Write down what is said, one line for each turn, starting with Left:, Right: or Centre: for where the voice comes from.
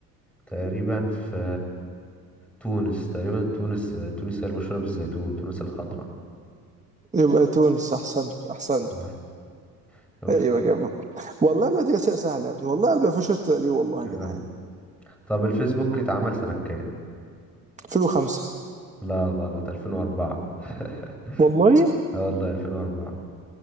Centre: تقريبا في تونس تقريبا تونس تونس هي المشهورة بالزيتون تونس الخضراء
Right: يبقى تونس احسنت احسنت
Centre: آه، شفت
Right: ايوه كده والله بدري اسئله سهله يا ابني والله قبل في شويه دي والله يا
Centre: آه.
Right: جدعان
Centre: طب الفيسبوك اتعمل سنة كام؟
Right: 2005
Centre: لا غلط 2004 <laughs>
Right: والله
Centre: اه والله 2004